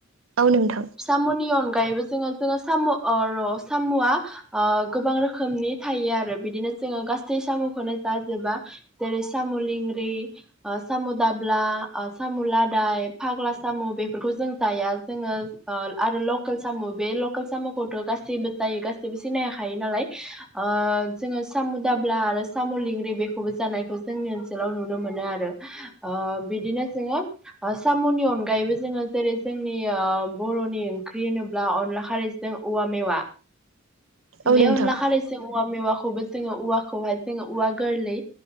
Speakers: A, on the right; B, in the centre.
A: औ नोंथां।
B: साम'नि अनगायैबो जोङो जोङो साम' अ र' साम'आ आ गोबां रोखोमनि थायो आरो बिदिनो जोङो गासै साम'खौनो जाजोबा जेरै साम' लिंग्रि ओ साम' दाब्ला ओ साम' लादाय फाग्ला साम' बेफोरखौ जों जाया जोङो ओ आरो लकेल साम' बे लकेल साम'खौथ' गासैबो जायो गासैबो सिनाय हाखायो नालाय। ओ जोङो सामु दाब्ला आरो साम' लिंग्रि बेखौबो जानायखौ जोंनि ओनसोलाव नुनो मोनो आरो। ओ बिदिनो जोङो साम'नि अनगायैबो जोङो जेरै जोंनि ओ बर'नि ओंख्रि होनोब्ला अनला खारैजों औवा मेवा।
A: औ
B: बे
A: नोंथां
B: अनला खारै- जों औवा मेवाखौबो जोङो औवाखौहाय जोङो औवा गोरलै